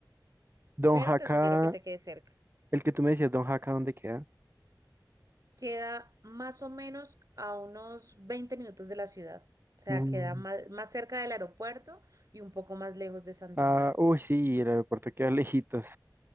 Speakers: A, on the right; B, on the right.
A: Don
B: pero
A: Jaca,
B: te sugiero que te quedes cerca.
A: el que tú me decías, Don Jaca, ¿dónde queda?
B: Queda más o menos a unos 20 minutos de la ciudad. O sea,
A: Mm,
B: queda más, más cerca del aeropuerto y un poco más lejos de Santa
A: Ah,
B: Marta.
A: uy, sí, el aeropuerto queda <laughs> lejitos.